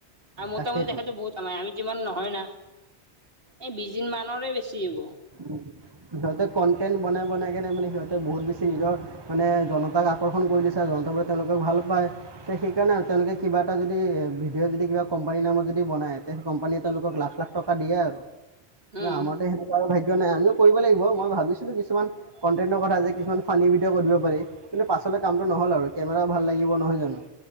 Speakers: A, on the right; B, on the right.
A: আৰু মোটামুটি
B: তাকেইতো
A: তেখেতো বহুত কামাই আমিটো ইমান নহয় না। এ বিছদিন মানৰে বেছি হ'ব।
B: উম, সিহঁতে কণ্টেণ্ট বনাই -বনাই কিনে মানে সিহঁতে বহুত বেছি নিজৰ মানে জনতাক আকৰ্ষণ কৰি দিছে আৰু জনতাাবোৰে তেওঁলোকক ভাল পায়। তে সেইকাৰণে তেওঁলোকে কিবা এটা যদি সেই সেইকানে তেওঁ লোকে কিবা এটা যদি ভিডিঅ' যদি কোম্পানীৰ নামত যদি বনায় তে কোম্পানীয়ে তেওঁলোকক লাখ -লাখ টকা বা দিয়ে আৰু
A: উম
B: আমাৰটো সেনেকুৱা আৰু ভাগ্য নাই আমিও কৰিব লাগিব মই ভাবিছিলো কিছুমান কণ্টেন নকৰা যে কিছুমান ফানী ভিডিঅ' কৰিব পাৰি। কিন্তু পাছলে কামটো নহ'ল আৰু কেমেৰাও ভাল লাগিব নহয় জানো।